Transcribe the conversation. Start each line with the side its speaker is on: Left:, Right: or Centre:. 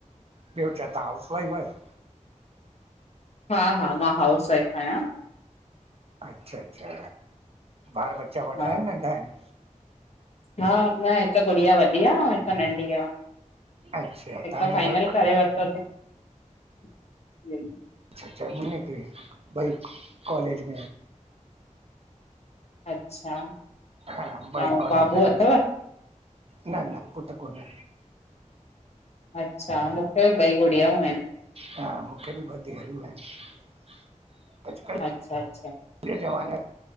Right: ॿोयो छा ता हाउसवाइफ आयो?
Left: हा- हा मां हाउस वाइफ आहियां।
Right: अच्छा -अच्छा ॿार बचा वॾा
Left: हा
Right: आहिनि नंढा आहिनि?
Left: हा न हिकु गुड़िया वॾी आहे ऐं हिकु नंढी आ।
Right: अच्छा
Left: हिक
Right: तव्हांजी
Left: फाइनल
Right: ॿ
Left: करे वठो तई।
Right: अच्छा अच्छा मुरे ॿई कॉलेज में आहेन।
Left: अच्छा
Right: हा ॿई
Left: ऐं
Right: कॉलेज
Left: बाबू
Right: में
Left: अथव?
Right: न न पुट कोने।
Left: अच्छा मूंखे भी ॿई गुड़ियाऊं आहिन।
Right: हा मूंखे बि ॿ धियरियूं आहिन।
Left: अच्छा -अच्छा।
Right: अ जे ज़माने